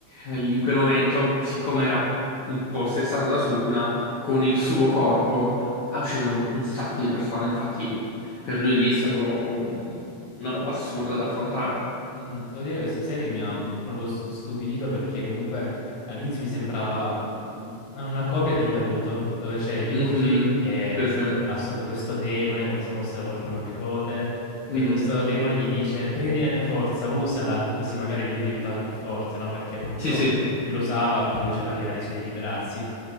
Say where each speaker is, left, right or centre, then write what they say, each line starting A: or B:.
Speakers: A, on the left; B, on the left.
A: eh, in quel momento, siccome era impossessato da Sukuna, con il suo corpo ha ucciso un sacco di persone. Infatti, per lui lì è stato un- una roba assurda da affrontare.
B: Mhm. Devo dire che questa serie mi ha mm, proprio s- stupito perché comunque all'inizio mi sembrava mm, una copia di Naruto, dove c'è Yuji
A: Mhm.
B: che
A: Sì, sì.
B: assorbe questo demone come se fosse la volpe a nove code
A: Mm.
B: e questo demone gli dice prendi la mia forza, usala, così magari lui diventava più forte, no? Perché appunto
A: Sì, sì.
B: più lo usava, più c- aveva il rischio di liberarsi.